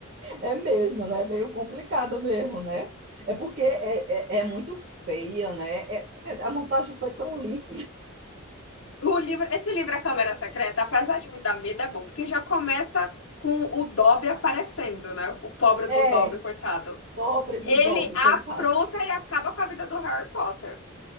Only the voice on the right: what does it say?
É mesmo, né? É meio complicado mesmo, né? É porque é, é, é muito feia, né? É- a montagem foi tão linda.
É,
pobre do
Dobby,
coitado.